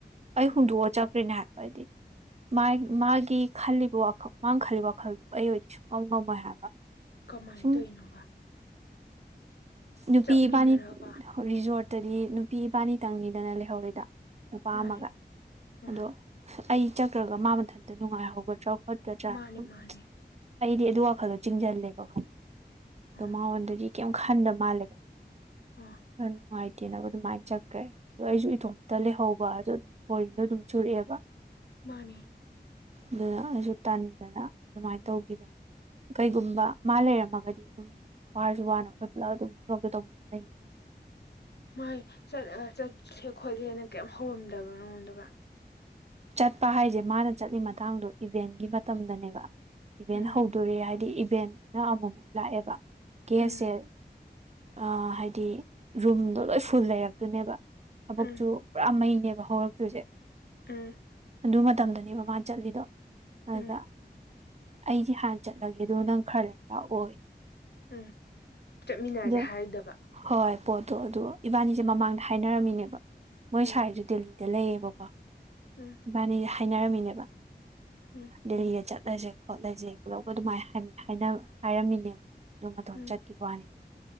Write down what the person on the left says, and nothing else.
ꯑꯣ
ꯀꯃꯥꯏꯅ
ꯇꯣꯏꯅꯣꯕ
ꯆꯠꯃꯤꯟꯅꯔꯒ
ꯃꯥꯅꯦ
ꯑꯥ
ꯃꯥꯅꯦ
ꯃꯥꯅꯦ
ꯑꯥ
ꯑꯥ
ꯃꯥꯅꯦ
ꯃꯥꯥꯏ ꯆꯠꯁꯦ ꯈꯣꯠꯁꯦꯅ ꯀꯩꯝ ꯍꯧꯔꯝꯗꯕ ꯅꯉꯣꯟꯗꯒ
ꯎꯝ
ꯎꯝ
ꯎꯝ
ꯎꯝ
ꯎꯝ
ꯎꯝ ꯆꯠꯃꯤꯟꯅꯔꯁꯦ
ꯍꯥꯏꯗꯕ
ꯎꯝ
ꯎꯝ
ꯎꯝ
ꯎꯝ